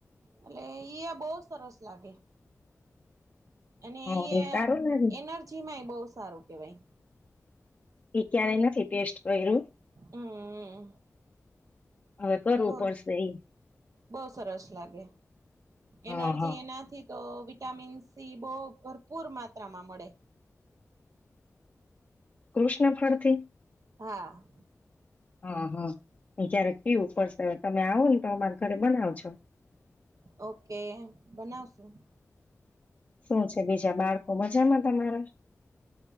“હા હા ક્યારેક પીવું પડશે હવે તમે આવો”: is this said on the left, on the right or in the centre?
Left